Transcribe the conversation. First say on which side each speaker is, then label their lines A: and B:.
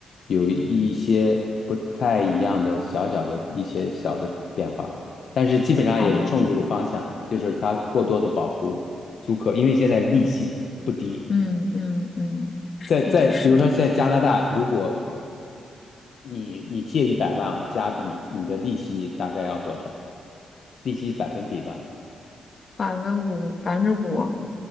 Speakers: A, on the left (about 65°); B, on the left (about 50°).
A: 有一些不太一样的小小的一些小的变化，但是基本上也是冲着这个方向，
B: 啊，
A: 就是它过多的保护租客，因为现在利息不低。
B: 嗯嗯嗯，是的，
A: 在在比如说现在加拿大，
B: 是的，
A: 如果你你借一百万加币，你的利息大概要多少？利息百分比吧，
B: 百分之五，百分之五，